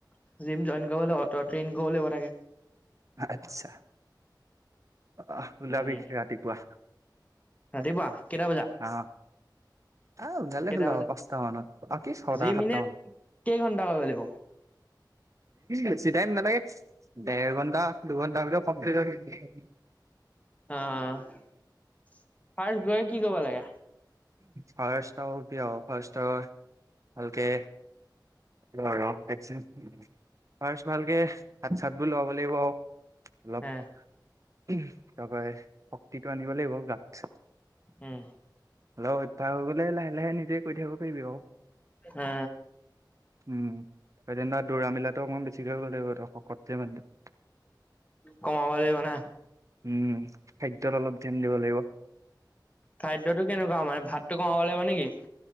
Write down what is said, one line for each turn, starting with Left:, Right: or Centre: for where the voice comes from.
Left: জিম জইন কৰিব লাগিব তই ট্ৰেইন কৰিব লাগিব তাকে
Right: আচ্ছা অঁ ওলাবি
Left: উম
Right: ৰাতিপুৱা।
Left: ৰাতিপুৱা কেইটা বজাত
Right: অ অঁ, ওলালে
Left: কেইটা
Right: হ'ল
Left: বজাত
Right: আৰু পাঁচটা মানত আৰু কি ছটা
Left: জিম
Right: সাতটা
Left: এনে
Right: মান
Left: কেই ঘন্টা কৰিব লাগিব
Right: বেছি টাইম নালাগে দেৰ ঘন্টা দুঘণ্টাৰ ভিতৰত কমপ্লিট হৈ
Left: অ ফাৰ্ষ্ট গৈ কি কৰিব লাগে
Right: ফাৰ্ষ্ট আৰু কি আৰু ফাৰ্ষ্ট ভালকে ৰহ এক ছেকেণ্ড ভালকে হাত চাত বোৰ লব লাগিব আৰু অলপ
Left: হে
Right: তাৰ পৰাই শক্তিটো আনিব লাগিব গাত
Left: উম
Right: অল উৎফাস হৈ গ'লে লাহে লাহে নি দে কৰি থাকিব পাৰিবি আও
Left: অ
Right: উম তই যেনিবা দৌৰা মেলাটো অকমান বেছি কৰিব লাগিব তই শকত যে মানুহটো
Left: কমাব লাগিব ন
Right: উম খাদ্যত অলপ ধ্যান দিব লাগিব
Left: খাদ্যটো কেনেকুৱা মানে ভাত কমাব লাগিব নেকি